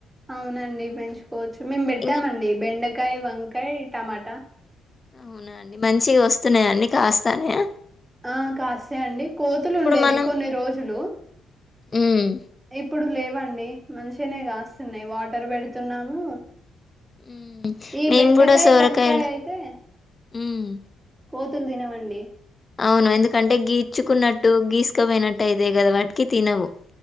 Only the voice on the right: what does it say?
అవునండి పెంచు పోవచ్చు మేము పెట్టామండి
బెండకాయ వంకాయ టమాటా
ఆ కాస్తాయి అండి కోతులు ఉండేది
కొన్ని రోజులు
ఇప్పుడు లేవండి అండి మంచిగనే కాస్తున్నాయి వాటర్ పెడుతున్నాము
ఈ
బెండకాయ
వంకాయ అయితే
కోతులు తినవండి